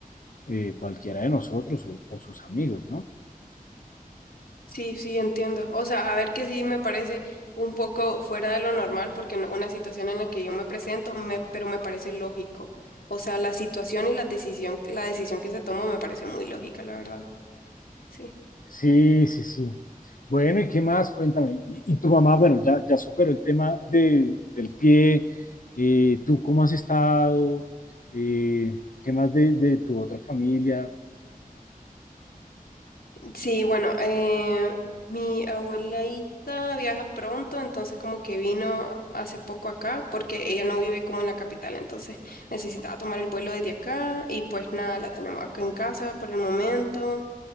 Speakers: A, on the left (about 65°); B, on the left (about 80°).
A: eh, cualquiera de nosotros o, o, sus amigos, ¿no?
B: Sí, sí, entiendo. O sea, a ver que sí me parece un poco fuera de lo normal, porque no- una situación en la que yo me presento, me, pero me parece lógico. O sea, la situación y la decisión, la decisión que se tomó me parece muy lógica, la verdad. Sí.
A: Sí, sí, sí. Bueno, ¿y qué más? Cuéntame. Y, y tu mamá, bueno, ya, ya superó el tema de, del pie. Eh, ¿Tú cómo has estado? Eh, ¿Qué más de, de, tu otra familia?
B: Sí, bueno, eh, mi abuelita viaja pronto, entonces como que vino hace poco acá, porque ella no vive como en la capital, entonces necesitaba tomar el vuelo desde acá y pues nada, la tenemos acá en casa por el momento.